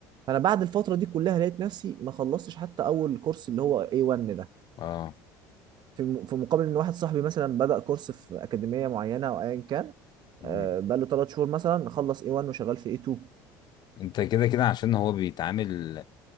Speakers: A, on the right; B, on the left.
A: فأنا بعد الفترة دي كلها لقيت نفسي ما خلصتش حتى أول كورس اللي هو A1 ده
B: اه, آه.
A: في م- في مقابل إن واحد صاحبي مثلا بدأ كورس في أكاديمية معينة أو أيا كان
B: مم.
A: آه، بقى له ثلاث شهور مثلا خلص A1 وشغال في A2
B: انت كده كده عشان هو بيتعامل